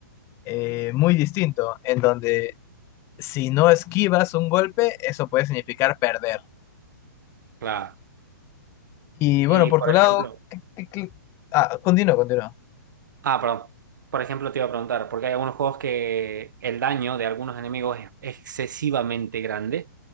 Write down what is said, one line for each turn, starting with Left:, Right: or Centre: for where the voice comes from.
Left: eh, muy distinto, en donde si no esquivas un golpe, eso puede significar perder.
Right: claro.
Left: Y bueno,
Right: Y,
Left: por
Right: por
Left: tu
Right: ejemplo,
Left: lado, ¿qué- qué- qué- ah, continúa, continúa.
Right: Ah, perdón. Por ejemplo, te iba a preguntar, porque hay algunos juegos que el daño de algunos enemigos es excesivamente grande.